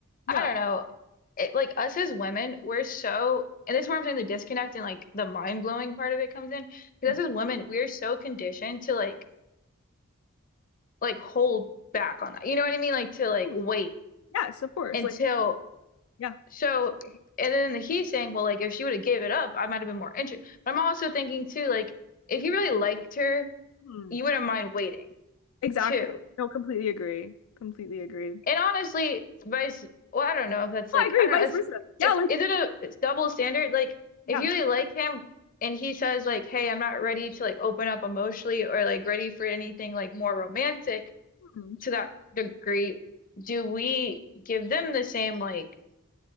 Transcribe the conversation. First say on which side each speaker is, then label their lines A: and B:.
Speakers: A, on the left (about 80°); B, on the left (about 40°).
A: Yeah.
B: I don't know. It, like us as women, we're so, and this is where I'm saying the disconnect and like the mind blowing part of it comes in. Because
A: Mm.
B: us as women, we're so conditioned to like like hold back on that. You know what I mean? Like to like
A: Totally.
B: wait
A: Yes, of course.
B: until
A: Like, yeah,
B: so. And then the, he's saying, well, like if she would have gave it up, I might have been more interested. But I'm also thinking too, like if he really liked her,
A: Mm.
B: you wouldn't mind waiting
A: exactly.
B: too.
A: No, completely agree. Completely agree. No,
B: And honestly, vice, well, I don't know if that's
A: I
B: like,
A: agree.
B: I don't
A: Vice
B: know. It's,
A: versa. Yeah,
B: it's,
A: like,
B: is it a it's double standard? Like,
A: yeah,
B: if you really like him and he says, like, hey, I'm not ready to like open up emotionally or like ready for anything like more romantic
A: Mm.
B: to that degree, do we give them the same, like,